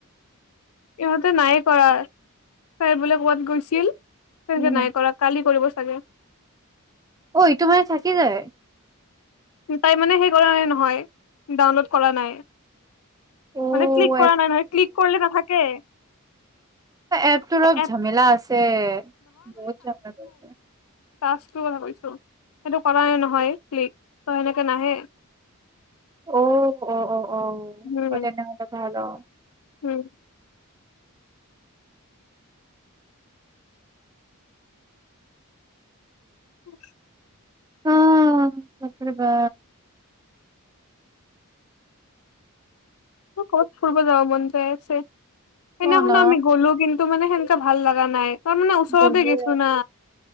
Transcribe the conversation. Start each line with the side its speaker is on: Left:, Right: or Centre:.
Left: সিহঁতে নাই কৰা তাই বোলে ক'বাত গৈছিল। তাকে
Right: উম,
Left: নাই কৰা কালি কৰিব চ। চাগে।
Right: অ ইটো মানে থাকি যায়।
Left: তাই মানে হেৰি কৰা নাই নহয় ডাউনলোড কৰা নাই
Right: অ'
Left: মানে ক্লিক কৰা নাই নহয় ক্লিক কৰিলে নাথাকে।
Right: এপটো অলপ
Left: এপ
Right: ঝেমেলা আছে বহুত ঝেমেলা আছে।
Left: তাছটো কথা কৈছো সেইটো কৰা নাই নহয়। ত সেনেকে নাহে।
Right: অ অ অ। অ
Left: উম
Right: অ তেনেহলে ভাল অ।
Left: উম। উ
Right: অ সাপৰিবা
Left: কবাত ফুৰিব যাব মন যায় আছে। সেইদিনাখনো
Right: অ' না
Left: আমি গ'লো কিন্তু মানে সেনকা ভাল লগা নাই। তাৰ মানে ওচৰতে
Right: গ'লোৱে
Left: গৈছো না